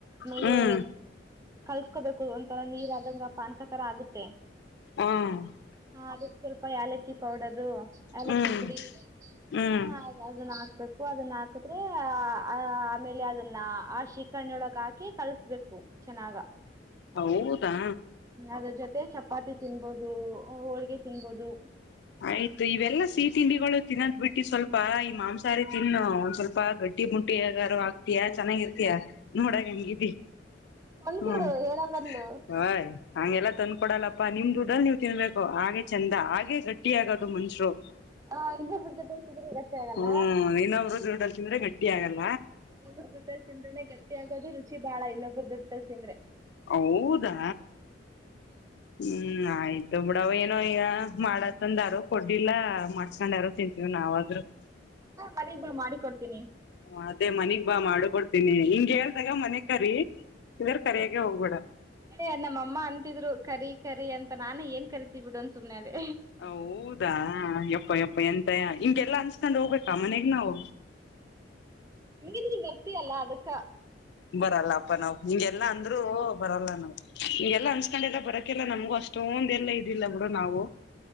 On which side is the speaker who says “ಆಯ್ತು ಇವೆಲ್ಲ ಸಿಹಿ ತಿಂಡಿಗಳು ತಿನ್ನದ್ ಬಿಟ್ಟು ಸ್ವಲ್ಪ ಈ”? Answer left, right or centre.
Left